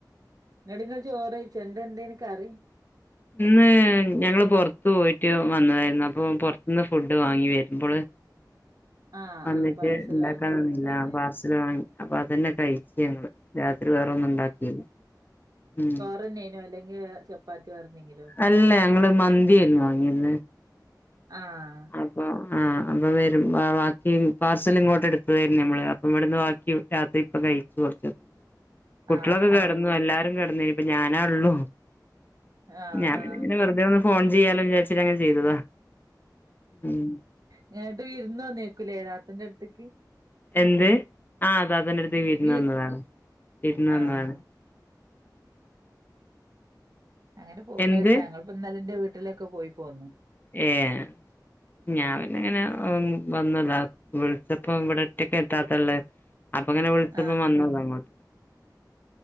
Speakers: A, on the right; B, on the left.
A: ന്നിട്ടിന്നെ ചോറയ്ച്ചോ എന്ത എന്തയ്ന് കറി
B: ഇന്ന് ഞങ്ങള് പൊറ്ത്ത് പോയിട്ട് വന്നതായിരുന്നു അപ്പൊ പൊറ്ത്തുന്ന് ഫുഡ് വാങ്ങി വരുമ്പള്.
A: <inaudible>
B: വന്നിട്ട്
A: ആഹ് പാർസല്
B: ഇണ്ടാക്കാനെന്നില്ല
A: വാങ്ങി പോന്നുണ്ടാവുല്ലേ.
B: പാസ് ല് വാങ്ങി അപ്പൊ അതന്നെ കഴിച്ചുങ്ങള്
A: ഉം.
B: രാത്രി വേറൊന്നും ഉണ്ടാക്കീല്ല. ഉഹ്
A: തുന്നൈനോലെ അ് ചപ്പാത്തി വേറെന്തെങ്കിലോ?
B: അല്ല ഞങ്ങൾ മന്തിായയ്രുന്നു വാങ്ങിരുന്നേ.
A: ആഹ്
B: അപ്പൊ ആ അപ്പം വരും ബാക്കി പാർസൽ ഇങ്ങോട്ടെടുത്തതായിരുന്നു നമ്മള് അപ്പം ഇവിടുന്ന് ബാക്കി രാത്രി പ്പ കഴിക്കോർക്ക്
A: <inaudible>
B: കുട്ടികളൊക്കെ
A: ആഹ്
B: കെട്ന്നു,
A: ശരി
B: എല്ലാരും കെട്ന്നു നിപ്പൊ ഞാനാ ഉള്ളു.
A: ആഹ്
B: ഞാൻ പിന്നങ്ങനെ
A: ആഹ്
B: വെറുതെ ഒന്ന് ഫോൺ ചെയ്യാലോ വിചാരിച്ചിട്ടങ്ങനെ ചെയ്തതാ. ഉം
A: ഇങ്ങട്ട് വിരുന്ന് വന്നേക്കൂലേ താത്തൻ്റടുത്ത്ക്ക്?
B: എന്ത്? ആ താത്തന്റെ അടുത്ത്ക്ക് വിരുന്ന്
A: വി
B: വന്നതാണ് വിരുന്ന് വന്നതാണ്.
A: ആഹ് അങ്ങനെ പോവുമ്പോ
B: എന്ത്
A: രസാ ഞങ്ങൾ ഇപൊന്നലെ ഇന്റെ വീട്ടിലൊക്കെ പോയി പോന്നു.
B: ഏഹ് ഞാപിന്നങ്ങനെ വന്നു താ വിൾച്ചപ്പം ഇവിടെ ഒറ്റക്കേറ്റാതള്ള് അപ്പൊങ്ങനെ വിളിച്ചപ്പോ
A: ആഹ്
B: വന്നതാമ്മ.